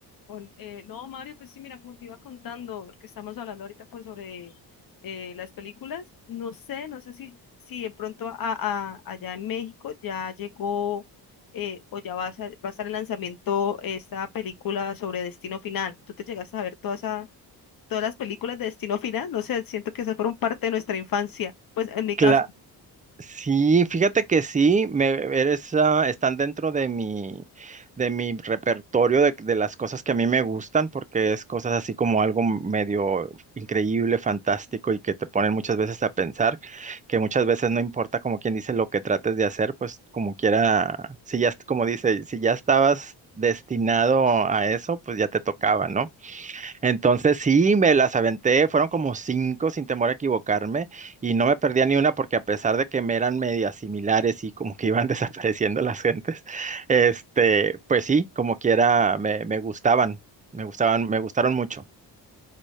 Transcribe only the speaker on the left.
Ol- eh, no, Mario, pues sí, mira, como te iba contando, porque estamos hablando ahorita pues sobre eh, las películas, no sé, no sé si, si de pronto a, a- allá en México ya llegó eh, o ya va a, ser- va a estar el lanzamiento esta película sobre Destino Final. ¿Tú te llegaste a ver toda esa- todas las películas de Destino Final? No sé, siento que esas fueron parte de nuestra infancia. Pues en mi
caso